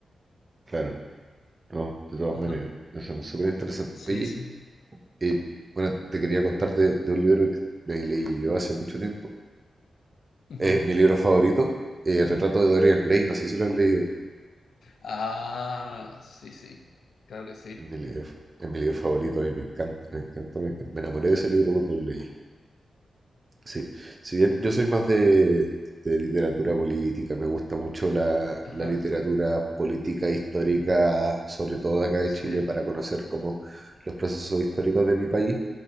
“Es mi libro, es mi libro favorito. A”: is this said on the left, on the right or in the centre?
Right